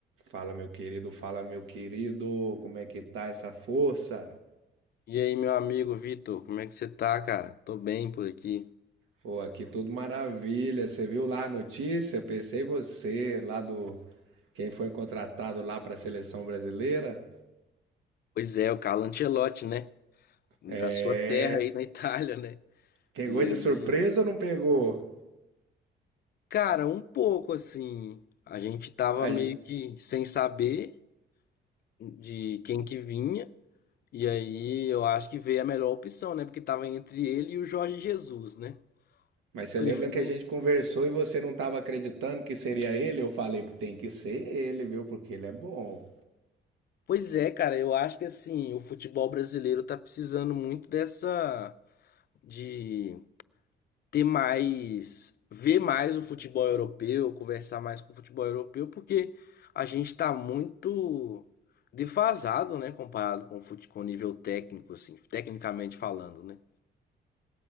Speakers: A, on the right; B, on the left.
A: Fala, meu querido, fala, meu querido, como é que tá essa força?
B: E aí, meu amigo Vitor, como é que você tá, cara? Tô bem por aqui.
A: Pô, aqui tudo maravilha. Você viu lá a notícia? Pensei em você, lá do quem foi contratado lá para a seleção brasileira.
B: Pois é, o Carlo Ancelotti, né? Da
A: É,
B: sua terra aí na <laughs> Itália, né?
A: pegou
B: E aí,
A: de surpresa ou não pegou?
B: cara, um pouco assim, a gente tava
A: A
B: meio
A: gen-
B: que sem saber de quem que vinha, e aí eu acho que veio a melhor opção, né? Porque tava entre ele e o Jorge Jesus, né?
A: Mas você
B: Prefiro.
A: lembra que a gente conversou e você não estava acreditando que seria ele? Eu falei, tem que ser ele, viu? Porque ele é bom.
B: Pois é, cara, eu acho que assim, o futebol brasileiro tá precisando muito dessa de ter mais, ver mais o futebol europeu, conversar mais com o futebol europeu, porque a gente está muito defasado, né, comparado com o fute- com o nível técnico, assim, tecnicamente falando, né?